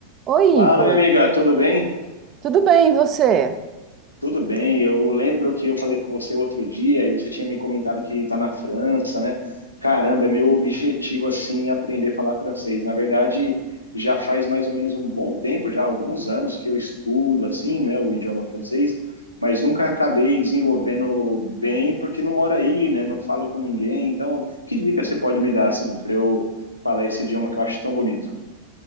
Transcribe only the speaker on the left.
Fala,
minha amiga, tudo bem?
Tudo bem. Eu lembro que eu falei com você outro dia e você tinha me comentado que está na França, né? Caramba, é meu objetivo assim aprender a falar francês. Na verdade, já faz mais ou menos um bom tempo, já há alguns anos que eu estudo assim, né, o idioma francês, mas nunca acabei desenvolvendo bem porque não moro aí, né? Não falo com ninguém. Então, que dica você pode me dar assim para eu falar esse idioma que eu acho tão bonito?